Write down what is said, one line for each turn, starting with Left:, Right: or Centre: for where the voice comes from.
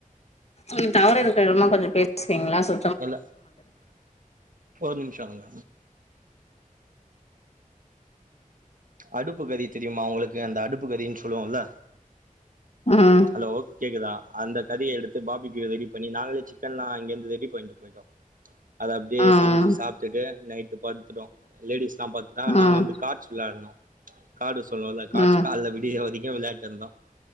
Left: ம் டவரு இருக்குற எடமா கொஞ்சோ பேஸ்றிங்ளா சோ
Right: இல்ல ஒரு நிம்ஷோங்க அடுப்பு கரி தெரியுமா உங்ளுக்கு அந்த அடுப்பு கரின் சொல்லுவோல்ல
Left: ம்
Right: ஹலோ கேக்குதா அந்த கரிய எடுத்து பாபிக்யூ ரெடி பண்ணி நாங்களே சிக்கன்லா இங்கர்ந்து ரெடி பண்ணிட்டு போய்ட்டோ அத அப்டியே
Left: ம்
Right: சமச்சு சாப்ட்டுட்டு நைட்டு பட்த்துட்டோ லேடிஸ்லா பட்த்டாங்
Left: ம்
Right: நாங்க வந்து காட் ஸ் விளாட்னோ கார்டு சொல்லுவோல்ல
Left: ம்
Right: கார்ட்ஸ்
Left: ம்
Right: கால்ல விடிர வரிக்கோ விளயாட்டுந்தோ